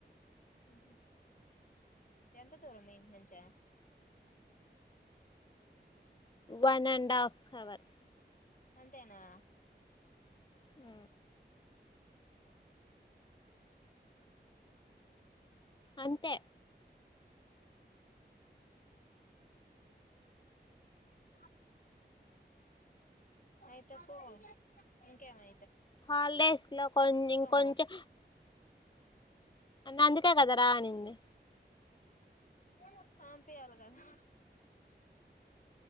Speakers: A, on the left; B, on the left.
A: మ్మ్ హు ఎంత దూరం మీయింటి నుంచా
B: వన్ అండ్ ఆఫ్ హవర్
A: అంతేనా
B: ఊ అంతే
A: ఆ అయితే పో ఇంకేమి
B: హాలిడేస్ లో కొన్ని కొంచం
A: పో
B: అందుకే కదా రా అనింది
A: ఎల్లు పంపియాలి కదా